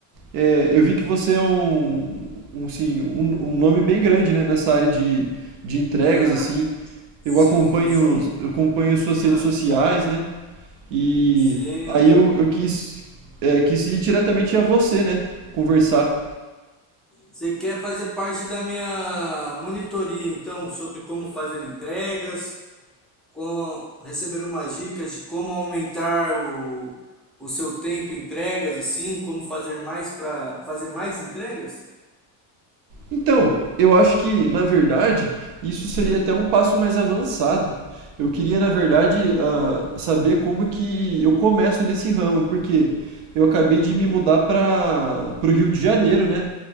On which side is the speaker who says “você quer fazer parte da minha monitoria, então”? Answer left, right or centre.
Centre